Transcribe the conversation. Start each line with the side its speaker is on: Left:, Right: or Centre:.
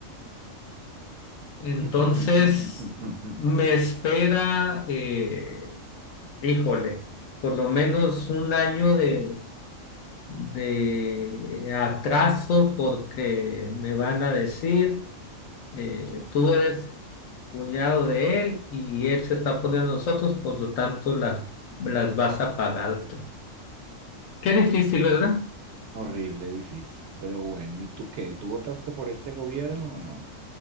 Left: Entonces,
Right: <laughs>
Left: me espera, eh, híjole, por lo menos un año de, de atraso porque me van a decir, eh, tú eres cuñado de él y él se está poniendo a nosotros, por lo tanto las, las vas a pagar tú. Qué difícil, ¿verdad?
Right: Horrible, difícil. Pero bueno, ¿y tú qué? ¿Tú votaste por este gobierno o no?